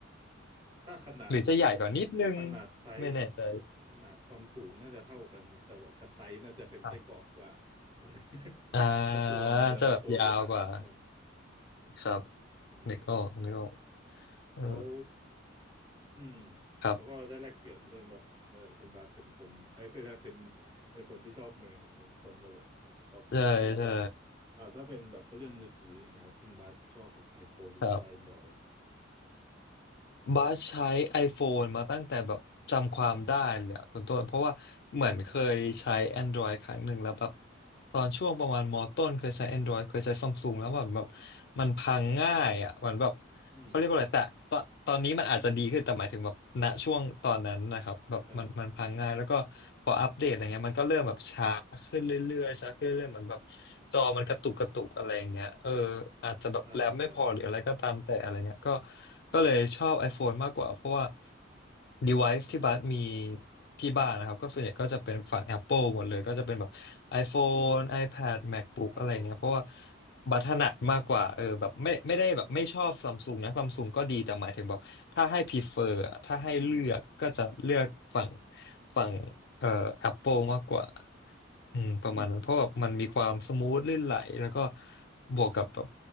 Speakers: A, on the right; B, on the left.
A: ถ้าขนาด
B: หรือจะใหญ่กว่านิดนึง
A: ขนาดไซส์
B: ไม่แน่ใจ
A: ขนาดความสูงน่าจะเท่ากันครับแต่ว่าขนาดไซส์น่าจะเป็นไส้กรอกกว่าอะไร
B: ครับ
A: <laughs>
B: อ่าจะแบบยาวกว่า
A: เพราะตัวมันจะตัวจะหนาๆหน่อย
B: ครับ
A: อืม
B: นึกออกนึกออกเออ
A: แล้วอืม
B: ครับ
A: เขาก็ได้แลกเปลี่ยนเรื่องแบบเออคุณบาสเป็นคนเอ้ยเป็นเป็นเป็นคนที่ชอบแมวครับต้นก็แบบชอบหมาแล้วแบบ
B: ใช่ใช่
A: อ่าถ้าเป็นแบบเรื่องมือถืออย่างเงี้ยครับคุณบาสชอบแบบ iPhone หรือว่า
B: ครับ
A: Android
B: บาสใช้ iPhone มาตั้งแต่แบบจำความได้เลยอะคุณต้นเพราะว่าเหมือนเคยใช้ Android ครั้งหนึ่งแล้วแบบตอนช่วงประมาณมต้นเคยใช้ Android เคยใช้ซัมซุงแล้วแบบแบบมันพังง่ายอ่ะเหมือนแบบ
A: อืม
B: เขาเรียกว่าอะไรแต่ตอนตอนนี้มันอาจจะดีขึ้นแต่หมายถึงแบบณช่วงตอนนั้นนะครับแบบมันมันพังง่ายแล้วก็พออัปเดตอะไรเงี้ยมันก็เริ่มแบบช้าขึ้นเรื่อยๆช้าขึ้นเรื่อยๆเหมือนแบบ
A: ครับ
B: จอมันกระตุกกระตุกอะไรอย่างเงี้ยเอออาจจะแบบแรมไม่พอหรืออะไรก็ตามแต่อะไรเงี้ยก็
A: ใช่ใช่
B: ก็เลยชอบ iPhone มากกว่าเพราะว่า device
A: อ่าฮะ
B: ที่บัสมีที่บ้านนะครับก็ส่วนใหญ่ก็จะเป็นฝั่ง Apple หมดเลยก็จะเป็นแบบ iPhone iPad MacBook
A: ครับผม
B: อะไรเงี้ยเพราะว่าบัตถนัดมากกว่าเออแบบไม่ไม่ได้แบบไม่ชอบซัมซุงนะซัมซุงก็ดีแต่หมายถึงแบบถ้าให้ prefer อะถ้าให้เลือกก็จะเลือกฝั่ง
A: อืม
B: ฝั่งเอ่อ Apple มากกว่าอืมประมาณนั้นเพราะแบบมันมีความสมูทลื่นไหลแล้วก็
A: อืม
B: บวกกับแบบ